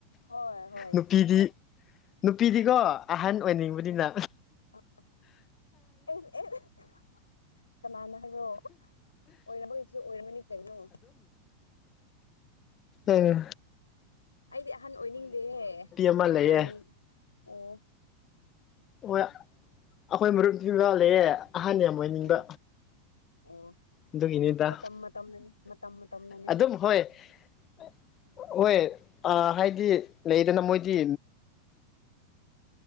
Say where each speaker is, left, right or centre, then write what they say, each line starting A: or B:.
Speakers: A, on the left (about 80°); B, on the left (about 30°).
A: ꯍꯣꯏ
B: ꯫
A: ꯍꯣꯏ
B: ꯅꯨꯄꯤꯗꯤ ꯅꯨꯄꯤꯗꯤꯀꯣ ꯑꯍꯟ ꯑꯣꯏꯅꯤꯡꯕꯅꯤꯅ
A: <unintelligible> ꯀꯅꯥꯅ ꯍꯥꯏꯕꯔꯣ ꯑꯣꯏꯔꯝꯕꯒꯤꯁꯨ ꯑꯣꯏꯔꯝꯒꯅꯤ ꯀꯩꯅꯣ ꯫
B: ꯑꯥ
A: ꯑꯩꯗꯤ ꯑꯍꯟ ꯑꯣꯏꯅꯤꯡꯗꯦ ꯍꯦ
B: ꯑꯃ
A: ꯑꯉꯥꯡ
B: ꯂꯩꯌꯦ
A: ꯑꯣꯏꯅꯤꯡ ꯑꯣ꯫
B: ꯍꯣꯏ ꯑꯩꯈꯣꯏ ꯃꯔꯨꯞꯇꯤ ꯃꯥ ꯂꯩꯌꯦ ꯑꯍꯟ ꯌꯥꯝ ꯑꯣꯏꯅꯤꯡꯕ꯫
A: ꯎꯝ ꯑꯣ
B: ꯑꯗꯨꯒꯤꯅꯤꯗ
A: ꯃꯇꯝ ꯃꯇꯝꯅꯅꯤ ꯃꯇꯝ ꯃꯇꯝꯅꯅꯦꯍꯦ
B: ꯑꯗꯨꯝ ꯍꯣꯏ - ꯍꯣꯏ ꯑꯥ ꯍꯥꯏꯗꯤ ꯂꯩꯗꯅ ꯃꯣꯏꯗꯤ